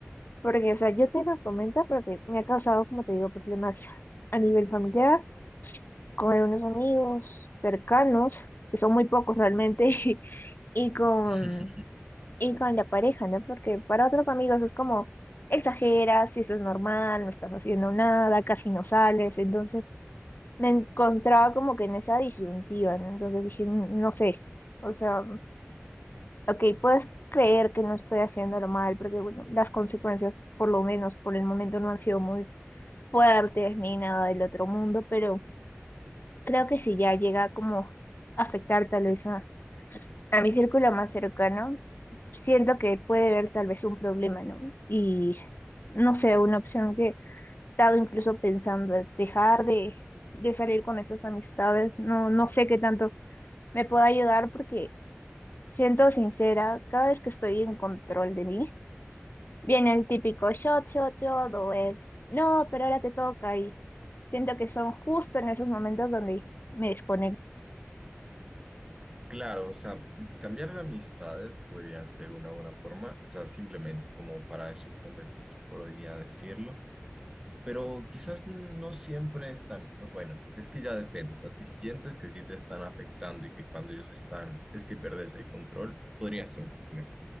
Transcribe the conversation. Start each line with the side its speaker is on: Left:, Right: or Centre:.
Left: porque, o sea, yo te lo comento porque me ha causado, como te digo, problemas a nivel familiar, con unos amigos cercanos, que son muy pocos realmente, <laughs> y, y con,
Right: <laughs>
Left: y con la pareja, ¿no? Porque para otros amigos es como exageras, si eso es normal, no estás haciendo nada, casi no sales, entonces me encontraba como que en esa disyuntiva, ¿no? Entonces dije, "N- no sé, o sea, ok, puedes creer que no estoy haciéndolo mal, porque bueno, las consecuencias, por lo menos por el momento, no han sido muy fuertes ni nada del otro mundo, pero creo que si ya llega como a afectar tal vez a, a mi círculo más cercano, siento que puede haber tal vez un problema, ¿no? Y no sé, una opción que he estado incluso pensando es dejar de, de salir con esas amistades, no, no sé qué tanto me pueda ayudar porque, siento sincera, cada vez que estoy en control de mí, viene el típico shot, shot, shot o el no, pero ahora te toca y siento que son justo en esos momentos donde me desconecto.
Right: Claro, o sea, cambiar de amistades podría ser una buena forma, o sea, simplemente como para esos momentos podría decirlo, pero quizás no siempre están, bueno, es que ya depende, o sea, si sientes que sí te están afectando y que cuando ellos están es que perdes el control, podría ser un problema.